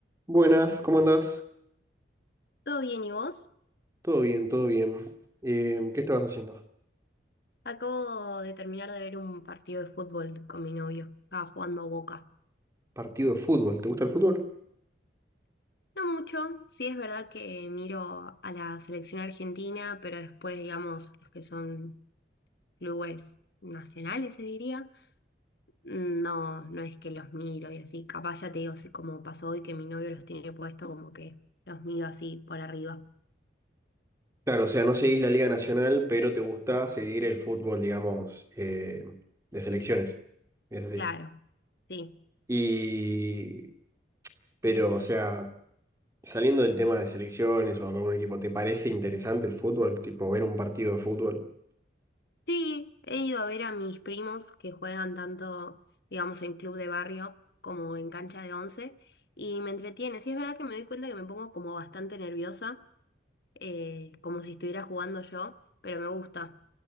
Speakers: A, on the right; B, on the left.
A: Buenas, ¿cómo andás?
B: ¿Todo bien y vos?
A: Todo bien, todo bien. Em, ¿qué estabas haciendo?
B: Acabo de terminar de ver un partido de fútbol con mi novio. Estaba jugando Boca.
A: Partido de fútbol, ¿te gusta el fútbol?
B: No mucho, sí es verdad que miro a la selección argentina, pero después, digamos, los que son clubes nacionales, se diría, mm, no, no es que los miro y así. Capaz ya te digo, así como pasó hoy que mi novio los tiene puesto, como que los miro así por arriba.
A: Claro, o sea, no seguís la Liga Nacional, pero te gusta seguir el fútbol, digamos, eh, de selecciones. Es así.
B: Claro, sí.
A: Y, pero, o sea, saliendo del tema de selecciones o algún equipo, ¿te parece interesante el fútbol? Tipo, ver un partido de fútbol.
B: Sí, he ido a ver a mis primos que juegan tanto, digamos, en club de barrio como en cancha de once y me entretiene. Sí, es verdad que me doy cuenta que me pongo como bastante nerviosa, eh, como si estuviera jugando yo, pero me gusta.